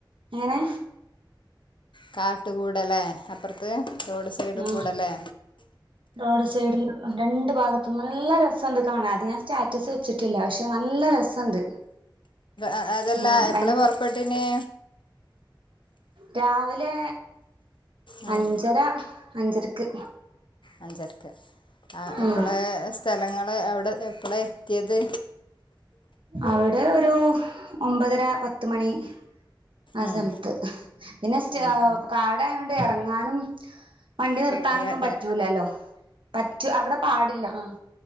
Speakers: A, on the right; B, on the left.
A: എങ്ങനെ
B: കാട്ട് കൂടലേ അപ്പുറത്ത് റോഡ് സൈഡ്
A: ആ
B: കൂടലേ
A: റോഡ് സൈഡിൽ രണ്ട് ഭാഗത്തും നല്ല രസണ്ട് കാണാം അത് ഞാൻ സ്റ്റാറ്റസ് ച്ചിട്ടില്ല പക്ഷെ നല്ല രസണ്ട്
B: അഹ് അതല്ല
A: ഉം
B: എപ്പളാ
A: ഭയ
B: പൊറപ്പെട്ടീഞേ
A: രാവിലെ
B: ഉം
A: അഞ്ചര അഞ്ചര ക്ക്
B: അഞ്ചരക്ക് ആഹ് എപ്പളെ
A: ഉം
B: സ്ഥലങ്ങള് അവിടെ എപ്പളേ എത്തിയത്
A: അവിടെ ഒരു ഒമ്പതര പത്ത് മണി ആഹ്
B: ഉം
A: സമ്ത്ത് പിന്നെ സ്റ്റാ
B: ഉം
A: കാടായോണ്ട് ഇറങ്ങാനും വണ്ടി നിർത്താനൊന്നും
B: പേടിയാല്ലേ
A: പറ്റൂലല്ലോ പറ്റു അവിടെ പാടില്ല ആഹ്